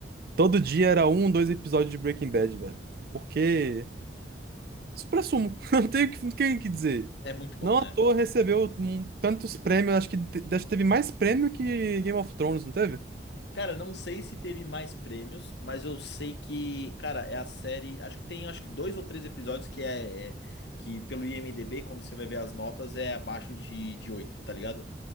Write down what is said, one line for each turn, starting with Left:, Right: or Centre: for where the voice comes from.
Right: Todo dia era um, dois episódios de Breaking Bad, velho. Porque, supra <laughs> não tenho o que, não tenho o que dizer.
Left: É muito bom,
Right: Não
Left: né?
Right: à toa recebeu hum, tantos prêmios, acho que, te- acho que teve mais prêmio que Game of Thrones, não teve?
Left: Cara, não sei se teve mais prêmios, mas eu sei que, cara, é a série. Acho que tem acho que dois ou três episódios que é, é- que pelo IMDb, quando você vai ver as notas, é abaixo de, de 8 tá ligado?